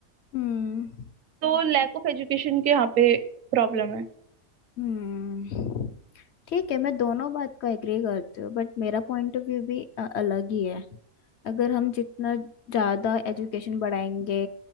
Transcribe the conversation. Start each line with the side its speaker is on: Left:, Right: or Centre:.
Left: हम्म।
Right: तो लैक ऑफ एजुकेशन के यहाँ पे प्रॉब्लम है
Left: हम्म ठीक है मैं दोनों बात को एग्री करती हूँ बट मेरा पॉइंट ऑफ व्यू भी अ, अलग ही है अगर हम जितना ज़्यादा एजुकेशन बढ़ाएंगे